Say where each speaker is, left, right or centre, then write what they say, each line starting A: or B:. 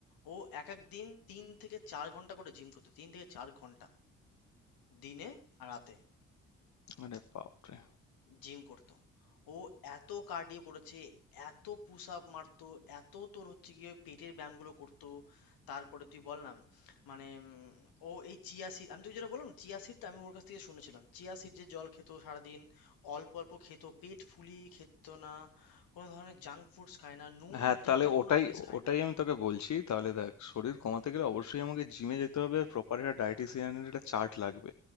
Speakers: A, on the left (about 60°); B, on the left (about 45°).
A: ও এক এক দিন তিন থেকে চার ঘন্টা করে জিম করতো তিন থেকে চার ঘন্টা দিনে আর রাতে
B: আরে বাপরে
A: জিম করতো ও এত কার্ডিও করেছে এত পুশ আপ মারতো এত তোর হচ্ছে গিয়ে ওই পেটের ব্যায়ামগুলো করতো তারপরে তুই বললাম মানে উম, ও এই চিয়া সিড আমি তুই যেটা বললাম চিয়া সিড আমি ওর কাছ থেকে শুনেছিলাম চিয়া সিড যে জল খেত সারাদিন অল্প অল্প খেত পেট ফুলিয়ে খেত না কোনো ধরনের জাঙ্ক ফুডস খায় না নুন
B: হ্যাঁ তাহলে
A: জাতীয়
B: ওটাই
A: কোনো জিনিস খায়
B: ওটাই
A: না
B: আমি তোকে বলছি তাহলে দেখ শরীর কমাতে গেলে অবশ্যই আমাকে জিমে যেতে হবে আর প্রপার একটা ডায়েটিসিয়ানের একটা চার্ট লাগবে